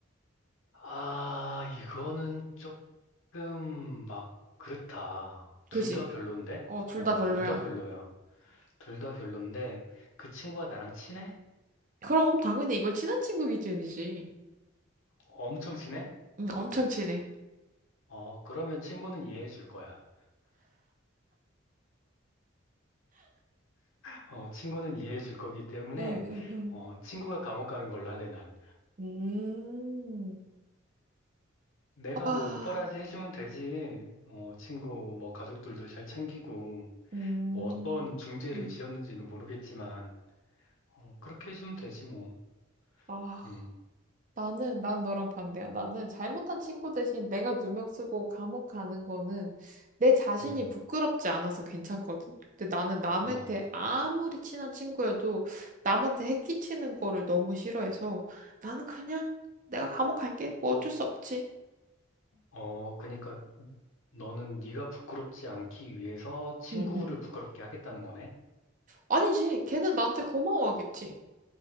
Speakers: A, on the left; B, on the right.
A: 아, 이거는 조금 막, 그렇다. 둘
B: 그지?
A: 다 별론데?
B: 어, 둘
A: 어,
B: 다 별로야.
A: 둘 다 별로야. 둘 다 별론데, 그 친구가 나랑 친해?
B: 그럼 당연히 이걸 친한 친구 기준이지.
A: 엄청 친해?
B: 응, 엄청 친해.
A: 어, 그러면 친구는 이해해 줄 거야. 어, 친구는 이해해 줄 거기 때문에,
B: 응, 응, 음,
A: 어, 친구가 감옥 가는 걸로 할래, 난.
B: 응. 음,
A: 내가
B: 아,
A: 뭐 옥바라지 해주면 되지. 어, 친구, 뭐 가족들도 잘 챙기고,
B: 음,
A: 뭐 어떤 중죄를
B: 음.
A: 지었는지는 모르겠지만, 어, 그렇게 해주면 되지, 뭐.
B: 아,
A: 음,
B: 나는, 난 너랑 반대야. 나는 잘못한 친구 대신 내가 누명 쓰고 감옥 가는 거는 내 자신이
A: 음,
B: 부끄럽지 않아서 괜찮거든. 근데 나는 남한테
A: 어,
B: 아무리 친한 친구여도 남한테 해끼치는 거를 너무 싫어해서 나는 그냥 내가 감옥 갈게. 뭐 어쩔 수 없지.
A: 어, 그니까 너는 네가 부끄럽지 않기 위해서 친구를
B: 응응
A: 부끄럽게 하겠다는 거네?
B: 아니지. 걔는 나한테 고마워하겠지.